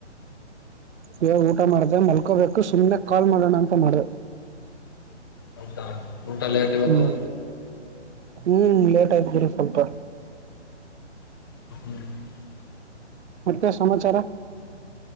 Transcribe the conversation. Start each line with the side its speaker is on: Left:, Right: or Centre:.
Right: ಇವಾಗ ಊಟ ಮಾಡಿ ಮಲ್ಕೋ ಕೋಬೇಕು ಸುಮ್ಮನೆ ಕಾಲ್ ಮಾಡೋಣ ಅಂತ ಮಾಡ್ದೆ
Left: ಹೌದಾ ಊಟ ಲೇಟ್ ಇವತ್ತು.
Right: ಹ್ಮ್ ಹ್ಮ್ ಲೇಟ್ ಆಯ್ತು ಗುರು ಸ್ವಲ್ಪ
Left: <inaudible>
Right: ಮತ್ತೆ ಸಮಾಚಾರ